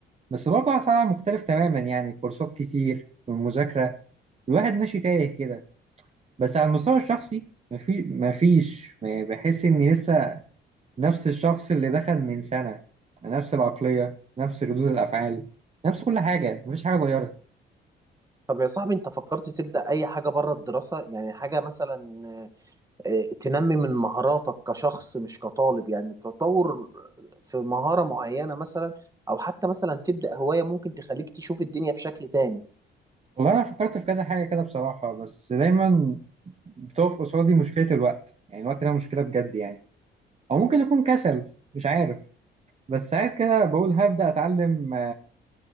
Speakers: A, on the right; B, on the right.
A: بس برضه على العالم مختلف تماما يعني الكورسات كتير والمذاكرة الواحد ماشي تايه كده بس على المستوى الشخصي مفي مفيش يعني بحس إني لسه نفس الشخص اللي دخل من سنة نفس العقلية نفس ردود الأفعال نفس كل حاجة مفيش حاجة اتغيرت
B: طب يا صاحبي انت فكرت تبدأ اي حاجة بره الدراسة يعني حاجة مثلا آه، تنمي من مهاراتك كشخص مش كطالب يعني تطور في مهارة معينة مثلا أو حتى مثلا تبدأ هواية ممكن تخليك تشوف الدنيا بشكل تاني
A: والله أنا فكرت في كذا حاجة كده بصراحة بس دايما بتقف قصادي مشكلة الوقت يعني الوقت ده مشكلة بجد يعني أو ممكن يكون كسل مش عارف بس ساعات كده بقول هبدأ أتعلم